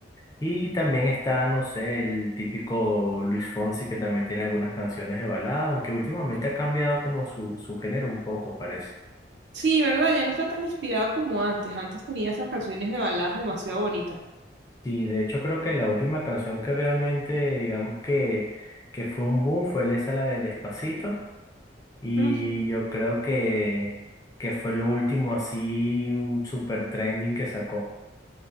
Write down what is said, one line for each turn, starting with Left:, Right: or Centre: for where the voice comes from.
Left: Y también está, no sé, el típico Luis Fonsi que también tiene algunas canciones de balada, aunque últimamente ha cambiado como su, su género un poco, parece.
Right: Sí, ¿verdad? Ya no está tan inspirada como antes. Antes tenía esas canciones de baladas demasiado bonitas.
Left: Sí, de hecho creo que la última canción que realmente, digamos que, que fue un boom fue esa la de Despacito y
Right: Ujú.
Left: yo creo que, que fue lo último así un super trending que sacó.